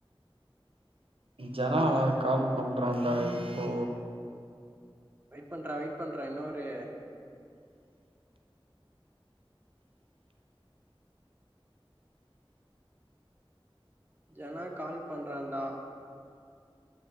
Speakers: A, on the right (about 80°); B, on the right (about 20°).
A: ஜனாவா கால் பண்றான்டா இப்போ
B: வெயிட் பண்றா வெயிட் பண்றா இன்னொரு ஜனா கால் பண்றான்டா